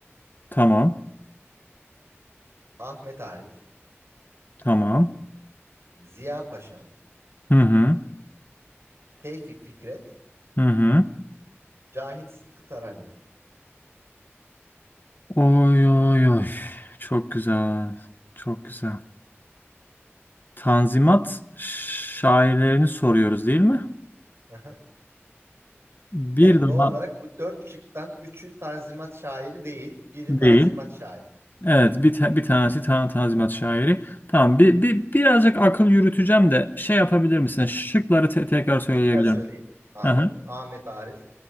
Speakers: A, on the left; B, on the right.
A: Tamam.
B: Ahmet Arif,
A: Tamam.
B: Ziya Paşa,
A: Hı hı.
B: Tevfik Fikret,
A: Hı hı.
B: Cahit Sıtkı Tarancı.
A: Oy oy oy. Çok güzel. Çok güzel. Tanzimat şairlerini soruyoruz değil mi?
B: Aha.
A: Bir
B: Yani
A: daha
B: doğal olarak bu dört şıktan üçü Tanzimat şairi değil, biri
A: değil.
B: Tanzimat şairi.
A: Evet, bir, ta- bir tanesi tan Tanzimat şairi. Tamam, bir, bir birazcık akıl yürüteceğim de şey yapabilir misin?
B: Evet.
A: Şıkları te- tekrar söyleyebilir
B: Tekrar söyleyeyim
A: misin?
B: abi.
A: Hı hı.
B: Ahmet Arif,